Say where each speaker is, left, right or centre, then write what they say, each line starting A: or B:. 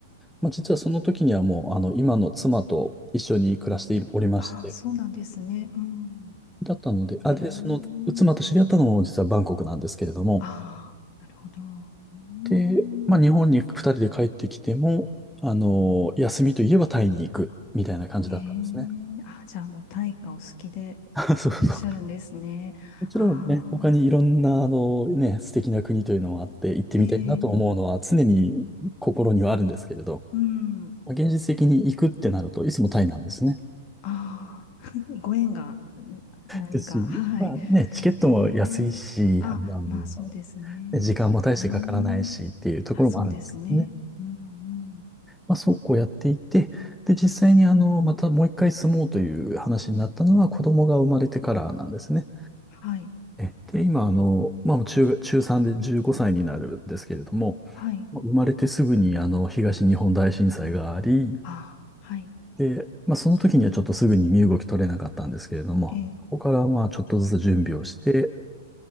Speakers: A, in the centre; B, on the left.
A: まあ、実はその時にはもう、あの、今の妻と一緒に暮らしておりまして、
B: あ、そうなんですね。うん。
A: だったので、あ、
B: え
A: で、その、妻と知り合ったのも実はバンコクなんですけれども、
B: え。ああ、なるほど。うん。
A: で、まあ、日本に二人で帰ってきても、あの、休みといえばタイに行く、みたいな感じだったんですね。
B: ええ。あ、じゃあもう大化お好きで
A: <laughs> そうそう。
B: いらっしゃるんですね。
A: もちろんね、
B: ああ、
A: 他にいろんな、あの、ね、素敵な国というのもあって、行ってみたいなと思うのは常に心にはあるんですけれど、
B: ええ。うん。
A: まあ現実的に行くってなると、いつもタイなんですね。
B: ああ、<laughs> ご縁がん何か。
A: ですし、
B: はい。
A: まあね、チケットも安いし、
B: ええ。あ、
A: あの、ね
B: まあそうですね。
A: 時間も大してかからないしっていうところもあるんですけどね。
B: うーん。あ、そうですね。うんうん。
A: まあそうこうやっていて、で、実際にあの、またもう一回住もうという話になったのは子供が生まれてからなんですね。
B: はい。
A: え、で、今、あの、まあ、中、中3で15歳になるんですけれども、
B: はい。
A: まあ生まれてすぐに、あの、東日本大震災があり、
B: あ、はい。
A: で、まあ、その時にはちょっとすぐに身動き取れなかったんですけれども、
B: ええ
A: そこから、まあ、ちょっとずつ準備をして、